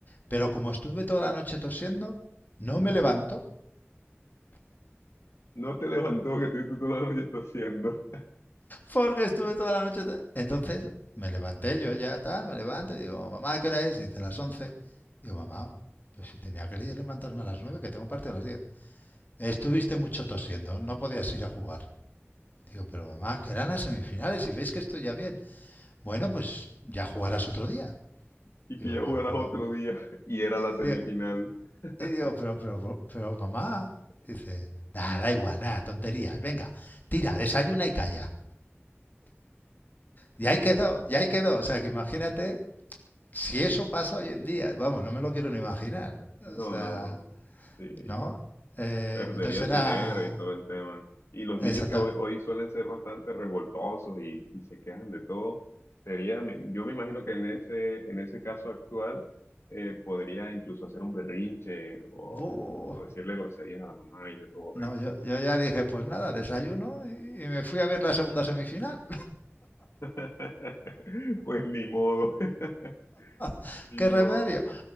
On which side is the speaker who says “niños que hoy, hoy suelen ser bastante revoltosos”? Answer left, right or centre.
Left